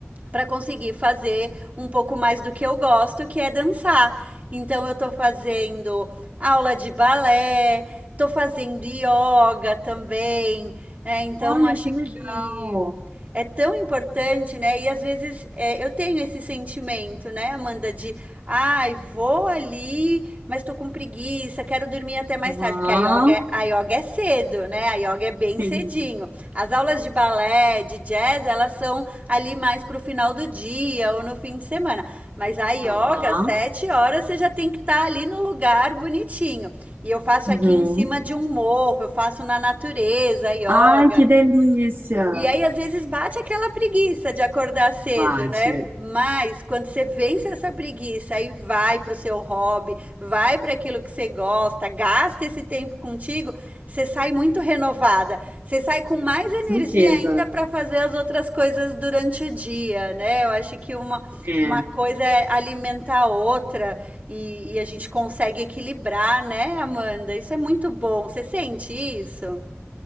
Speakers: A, on the right (about 35°); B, on the right (about 50°).
A: para conseguir fazer um pouco mais do que eu gosto, que é dançar. Então eu tô fazendo aula de balé, tô fazendo yoga também, né, então
B: Olha,
A: acho
B: que legal.
A: que é tão importante, né? E às vezes é, eu tenho esse sentimento, né, Amanda, de ai, vou ali, mas tô com preguiça, quero dormir até mais tarde,
B: Aham,
A: porque a yoga, é- a yoga é cedo, né? A yoga é bem
B: sim.
A: cedinho. As aulas de balé, de jazz, elas são ali mais pro final do dia ou no fim de semana. Mas a yoga,
B: Aham.
A: sete horas, você já tem que estar ali no lugar bonitinho. E eu faço
B: Uhum.
A: aqui em cima de um morro, eu faço na natureza, yoga.
B: Ai, que delícia.
A: E aí, às vezes, bate aquela preguiça de acordar cedo,
B: Bate,
A: né? Mas quando você vence essa preguiça, aí vai para o seu hobby, vai para aquilo que você gosta, gasta esse tempo contigo, você sai muito renovada. Você sai com mais energia
B: certeza.
A: ainda para fazer as outras coisas durante o dia, né? Eu acho que uma,
B: É.
A: uma coisa é alimentar a outra e, e a gente consegue equilibrar, né, Amanda? Isso é muito bom. Você sente isso?